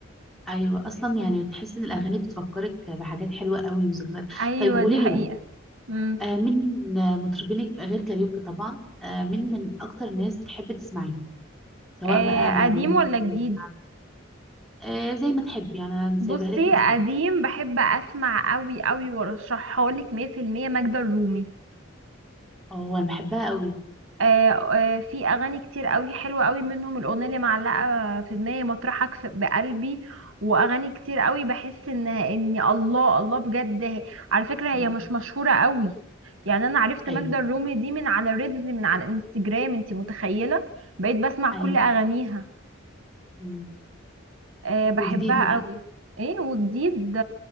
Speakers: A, in the centre; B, on the right.
A: أيوة أصلا يعني بتحس إن الأغاني بتفكرك بحاجات حلوة قوي وذكريات
B: ايوه
A: طيب قولي
B: دي حقيقه
A: لي بقى
B: مم.
A: آه، مين من مطربينك غير كاريوكي طبعا آه، مين من أكتر الناس بتحب تسمعيه سواء
B: آه،
A: بقى
B: قديم
A: رومانسي
B: ولا جديد
A: شعبي آه، زي ما تحبي يعني أنا سايبها
B: بصي
A: لك مفتوحة
B: قديم بحب اسمع قوي قوي وارشحها لك 100% ماجدة الرومي
A: أه أنا بحبها قوي
B: آه، آه، في اغاني كتير قوي حلوه قوي منهم الاغنيه اللي معلقه في دماغي مطرحك في- بقلبي واغاني كتير قوي بحس ان ان الله الله بجد هي- على فكره
A: مم.
B: هي مش مشهوره قوي يعني انا عرفت
A: أيوة
B: ماجدة الرومي دي من على ريلز من على انستجرام انتي متخيله بقيت بسمع كل
A: ايوه
B: اغانيها
A: ايوه مم.
B: آه، بحبها
A: وجديد بقى
B: قوي ايه وجديد